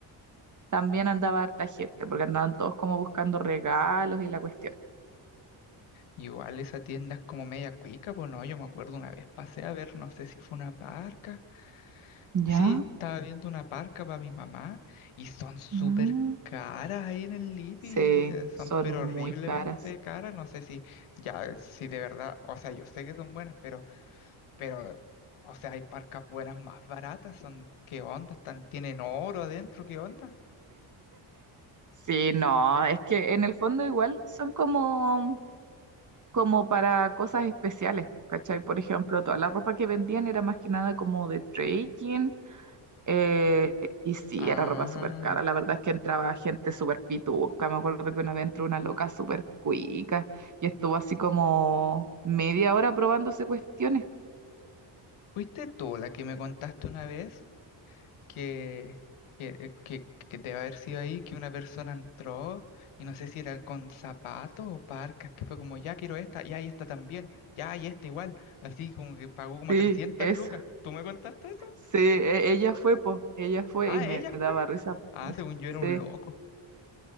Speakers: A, on the right (about 35°); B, on the left (about 80°).
A: también andaba harta gente, porque andaban todos como buscando regalos y la cuestión.
B: Y Igual esa tienda es como media cuica, pues no, yo me acuerdo una vez pasé a ver, no sé si fue una parca.
A: ¿Ya?
B: Sí, estaba viendo una parca para mi mamá y son súper
A: Ah.
B: caras ahí en el Lipi,
A: Sí,
B: eh, son
A: son
B: pero horriblemente
A: muy caras.
B: caras, no sé si ya, si de verdad, o sea, yo sé que son buenas, pero, pero, o sea, hay parcas buenas más baratas, son, ¿qué onda? Están, tienen oro adentro, ¿qué onda?
A: Sí, no, es que en el fondo igual son como, como para cosas especiales, pues, ¿cachai? Por ejemplo, toda la ropa que vendían era más que nada como de trekking, eh, y sí,
B: Ah,
A: era ropa súper cara, la verdad es que entraba gente súper pituca, me acuerdo que una vez entró una loca súper cuica y estuvo así como media hora probándose cuestiones.
B: ¿fuiste tú la que me contaste una vez que, que, que, que debe haber sido ahí que una persona entró y no sé si era con zapatos o parcas, que fue como, ya quiero esta, ya y esta también, ya y esta igual, así como que pagó como
A: Sí,
B: 300
A: eso,
B: lucas. ¿Tú me contaste eso?
A: sí, e- ella fue, pues, ella fue
B: Ah,
A: y me
B: ella
A: daba
B: fue.
A: risa.
B: Ah, según yo era un
A: Sí.
B: loco.